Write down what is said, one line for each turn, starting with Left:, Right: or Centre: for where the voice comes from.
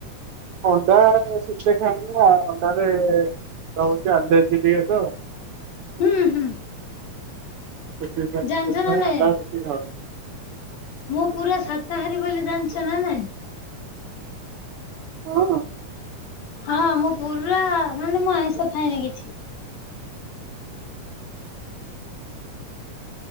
Right: ଅଣ୍ଡା ସିଜା <unintelligible> ଅଣ୍ଡାରେ ରହୁଚି ଚି ଆଲର୍ଜି ଟିକେ ତ।
Left: ହୁଁ ହୁଁ
Right: <unintelligible>
Left: ଜାଣିଛ ନା ନାଇଁ ମୁଁ ପୁରା ଶାକାହାରୀ ବୋଲି ଜାଣିଚ ନା ନାଇଁ?
Right: <unintelligible>
Left: ହଁ ମୁଁ ପୁରା ମାନେ ମୁଁ ଆଇଁଷ ଖାଏନି କିଛି।